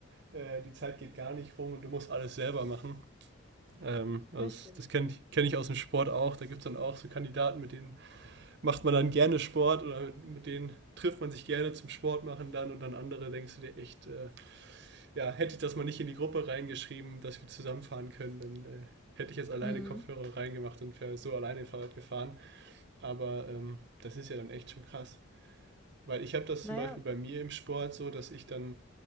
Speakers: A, on the right; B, in the centre.
A: äh, die Zeit geht gar nicht rum und du musst alles selber machen. Ähm, also
B: Richtig.
A: das das kenne ich, kenn ich aus dem Sport auch. Da gibt es dann auch so Kandidaten, mit denen macht man dann gerne Sport oder mit, denen trifft man sich gerne zum Sport machen dann und dann andere denkst du dir echt, äh, ja, hätte ich das mal nicht in die Gruppe reingeschrieben, dass wir zusammenfahren können, dann äh, hätte ich jetzt alleine
B: Mhm.
A: Kopfhörer reingemacht und wäre so alleine Fahrrad gefahren. Aber ähm, das ist ja dann echt schon krass. Weil ich habe das
B: Naja,
A: zum Beispiel bei mir im Sport so, dass ich dann